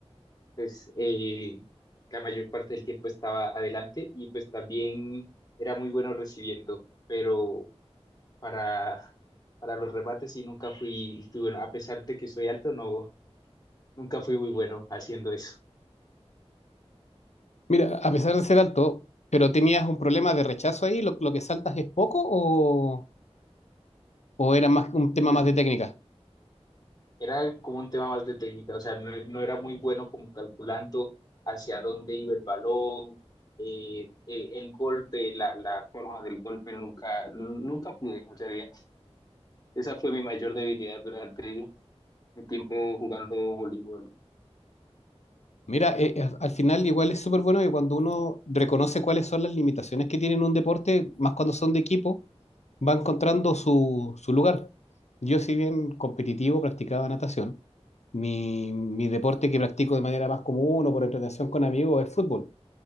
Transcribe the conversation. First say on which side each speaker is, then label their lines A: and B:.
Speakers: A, on the left; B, on the left.
A: pues eh, la mayor parte del tiempo estaba adelante y pues también era muy bueno recibiendo, pero para, para los remates y nunca fui, fui bueno. A pesar de que soy alto, no, nunca fui muy bueno haciendo eso.
B: Mira, a pesar de ser alto, pero tenías un problema de rechazo ahí, lo, lo que saltas es poco o, o era más un tema
A: Pues
B: más de técnica.
A: era como un tema más de técnica, o sea, no, no era muy bueno como calculando hacia dónde iba el balón, eh, eh, el golpe, la, la forma del golpe, nunca, nunca pude, en realidad. Esa fue mi mayor debilidad durante mi tiempo jugando voleibol.
B: Mira, eh, eh, al final igual es súper bueno que cuando uno reconoce cuáles son las limitaciones que tiene en un deporte, más cuando son de equipo, va encontrando su, su lugar. Yo, si bien competitivo, practicaba natación. Mi, mi deporte que practico de manera más común o por entretención con amigos es fútbol.